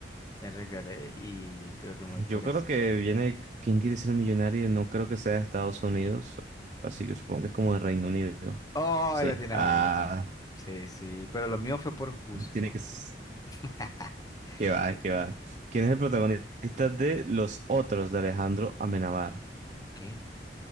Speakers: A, on the left; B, on the right.
A: Me arriesgaré y creo que me voy por
B: Yo creo
A: esta.
B: que viene ¿Quién quiere ser millonario? No creo que sea de Estados Unidos. Así que supongo que es como de Reino Unido.
A: ¡Oh,
B: Sí.
A: la tenemos!
B: Ah.
A: Sí, sí, pero lo mío fue por justo.
B: Tiene que... s-
A: <laughs>
B: Qué va,
A: Eh,
B: que va. ¿Quién es el
A: Ok.
B: protagonista de Los Otros de Alejandro Amenábar?
A: Ok.